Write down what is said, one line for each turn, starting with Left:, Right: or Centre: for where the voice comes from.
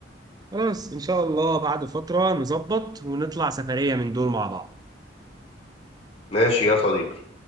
Right: خلاص ان شاء الله بعد فترة نظبط ونطلع سفرية من دول مع بعض
Left: ماشي يا صديقي